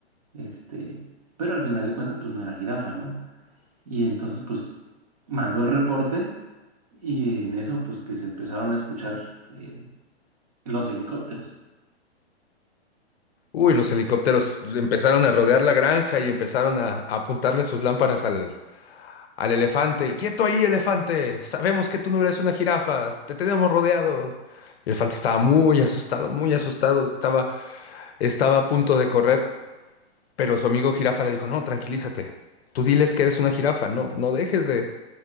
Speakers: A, on the right (about 35°); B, on the left (about 65°).
A: este, pero al final de cuentas, pues no era jirafa, ¿no? Y entonces, pues mandó el reporte y en eso, pues que se empezaron a escuchar. eh, Los helicópteros.
B: Uy, los helicópteros empezaron a rodear la granja y empezaron a, a apuntarle sus lámparas al, al elefante. Y, ¡Quieto ahí, elefante! Sabemos que tú no eres una jirafa. Te tenemos rodeado. El elefante estaba muy asustado, muy asustado. Estaba, estaba a punto de correr, pero su amigo jirafa le dijo, no, tranquilízate. Tú diles que eres una jirafa. No, no dejes de,